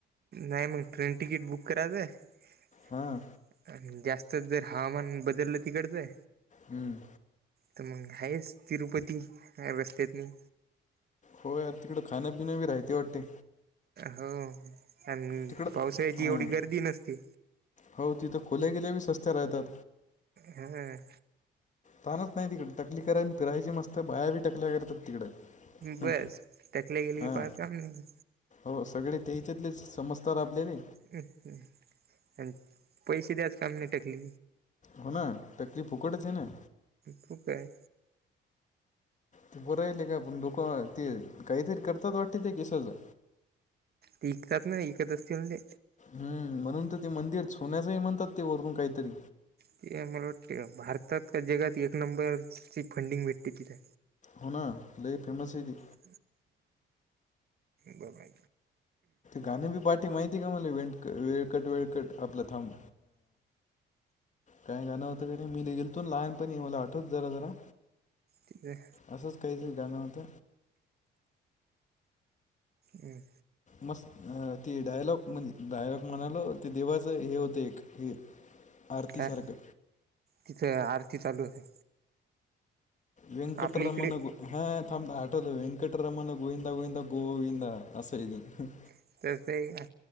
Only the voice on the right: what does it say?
नाही मग ट्रेन तिकीट बुक करायचं
जास्त जर हवामान बदललं तिकडचंय
तर मग आहेच तिरुपती रस्तेत म
हो आणि
पावसाळची
एवढी गर्दी नसती
हम्म
बस
टकल्या गेले
की पाच काम नाही
अ् आणि पैसे दच काम नाही टाकली
तू काय
तेिकतात ना ऐकत असतील ते
ते मला वाटते भारतात का जगात एक नंबरची फंडिंग भेटते तिथे
ह् बला
कती आहे
हम्
काय तिथं आरती चालू हो आहे
आपल्या इकडे
तस आहे का